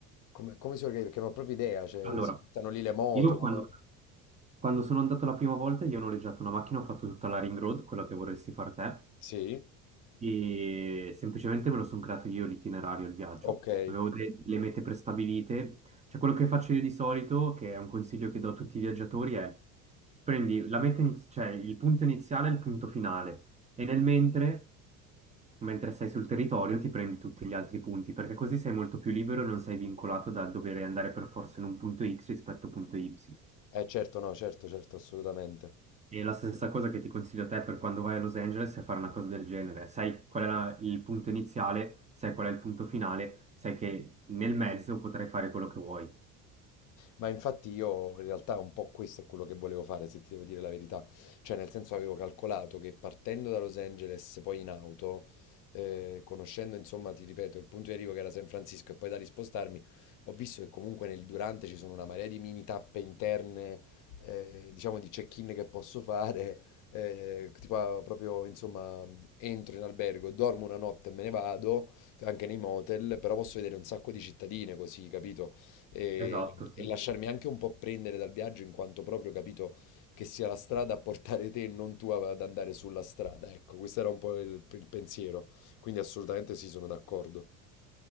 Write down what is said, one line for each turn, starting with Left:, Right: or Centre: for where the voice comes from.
Left: come, come si organizza? Perché non ho proprio idea, cioè,
Right: Allora,
Left: si fittano lì le moto,
Right: io
Left: come...
Right: quando, quando sono andato la prima volta, io ho noleggiato una macchina, ho fatto tutta la Ring Road, quella che vorresti far te.
Left: Sì?
Right: E semplicemente me lo sono creato io l'itinerario, il viaggio.
Left: Ok. Eh,
Right: Avevo de- delle mete prestabilite. Cioè, quello che faccio io di solito, che è un consiglio che do a tutti i viaggiatori, è prendi la meta iniz- cioè il punto iniziale e il punto finale. E nel mentre, mentre sei sul territorio, ti prendi tutti gli altri punti, perché così sei molto più libero e non sei vincolato dal dover andare per forza in un punto X rispetto a un punto Y.
Left: certo, no, certo, certo, assolutamente.
Right: E la stessa cosa che ti consiglio a te per quando vai a Los Angeles è fare una cosa del genere. Sai qual è la- il punto iniziale, sai qual è il punto finale, sai che nel mezzo potrai fare quello che vuoi.
Left: Ma infatti io in realtà un po' questo è quello che volevo fare, se ti devo dire la verità. Cioè, nel senso avevo calcolato che partendo da Los Angeles, poi in auto, eh, conoscendo insomma, ti ripeto, il punto di arrivo che era San Francisco e poi da lì spostarmi, ho visto che comunque nel durante ci sono una marea di mini tappe interne, eh, diciamo di check-in che posso fare. eh, tipo ah, proprio insomma entro in albergo, dormo una notte e me ne vado anche nei motel, però posso vedere un sacco di cittadine così, capito? e,
Right: Esatto, sì.
Left: e lasciarmi anche un po' prendere dal viaggio in quanto proprio capito che sia la strada a portare te e non tu ad andare sulla strada. Ecco, questo era un po' il, il pensiero, quindi assolutamente sì, sono d'accordo.